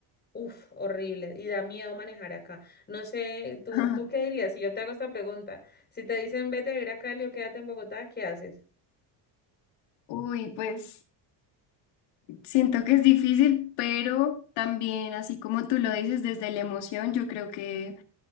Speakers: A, on the left; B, on the left.
A: Uf, horrible. Y da miedo manejar acá. No sé, ¿tú,
B: <laughs>
A: tú qué dirías si yo te hago esta pregunta? Si te dicen vete a vivir a Cali o quédate en Bogotá, ¿qué haces?
B: Uy, pues siento que es difícil, pero también, así como tú lo dices, desde la emoción, yo creo que